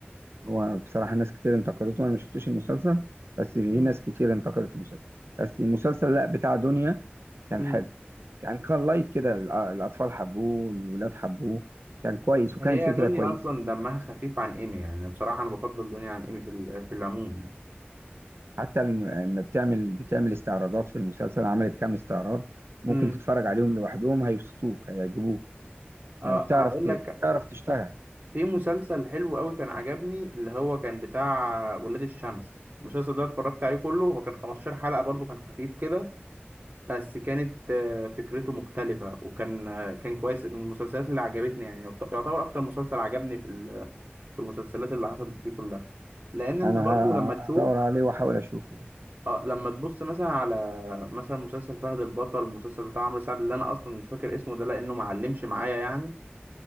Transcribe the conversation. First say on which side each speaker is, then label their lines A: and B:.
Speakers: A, on the right; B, on the right.
A: هو بصراحة ناس كتير انتقدته أنا ما شفتش المسلسل بس في
B: مم.
A: ناس كتير انتقدت المسلسل بس المسلسل لا بتاع دنيا كان
B: مم.
A: حلو كان كان لايت كده الأ- الأطفال حبوه الولاد حبوه كان كويس وكانت
B: هي
A: فكرة
B: دنيا
A: كويسة
B: اصلا دمها خفيف عن ايمي يعني بصراحة انا بفضل دنيا عن ايمي في ال- في العموم يعني
A: حتى الم- لما بتعمل بتعمل استعراضات في المسلسل عملت كام استعراض ممكن
B: مم.
A: تتفرج عليهم لوحدهم هيبسطوك هيعجبوك يعني
B: اه
A: بتعرف
B: هقول
A: ت-
B: لك
A: بتعرف تشتغل
B: في مسلسل حلو قوي كان عجبني اللي هو كان بتاع ولاد الشمس المسلسل ده اتفرجت عليه كله هو كان 15 حلقة برضو كان خفيف كده بس كانت آه، فكرته مختلفة وكان آه، كان كويس من المسلسلات اللي عجبتني يعني يعت- يعتبر أكتر مسلسل عجبني في ال- في المسلسلات اللي حصلت دي كلها لأن أنت
A: أنا
B: برضو
A: ه-
B: لما تشوف
A: هدور عليه وأحاول أشوفه ده.
B: اه لما تبص مثلا على مثلا مسلسل فهد البطل المسلسل بتاع عمرو سعد اللي أنا أصلا مش فاكر اسمه ده لأنه معلمش معايا يعني